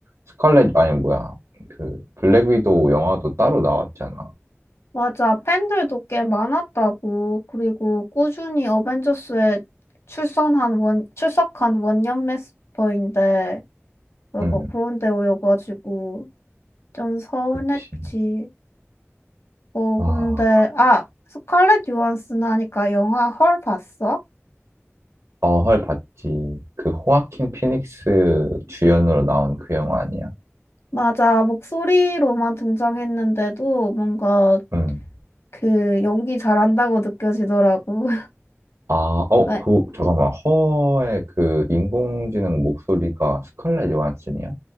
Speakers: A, on the right; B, on the left.
A: 스칼렛, 아니, 뭐야, 그, 블랙 위도우 영화도 따로 나왔잖아.
B: 맞아. 팬들도 꽤 많았다고. 그리고 꾸준히 어벤져스에 출선한 원, 출석한 원년 멤버인데, 그리고
A: 응,
B: 그런데 오여가지고 좀 서운했지.
A: 그치.
B: 어,
A: 아,
B: 근데,
A: 그
B: 아, 스칼렛 요한슨 하니까 영화 헐 봤어?
A: 어헐 봤지. 그 호아킨 피닉스 주연으로 나온 그 영화 아니야?
B: 맞아. 목소리로만 등장했는데도 뭔가
A: 응.
B: 그 연기 잘한다고 느껴지더라고.
A: 아, 어,
B: <laughs> 왜?
A: 그, 잠깐만. 허의 그 인공지능 목소리가 스칼렛 요한슨이야?